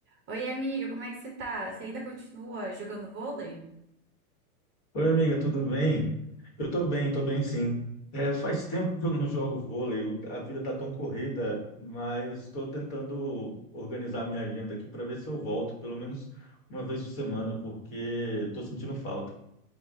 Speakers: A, on the right (about 25°); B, on the left (about 45°).
A: Oi, amiga, como é que você tá? Você ainda continua jogando vôlei?
B: Oi, amiga, tudo bem? Eu tô bem, tô bem sim. É, faz tempo que eu não jogo vôlei, o- a vida tá tão corrida, mas estou tentando organizar minha agenda aqui para ver se eu volto pelo menos uma vez por semana, porque estou sentindo falta.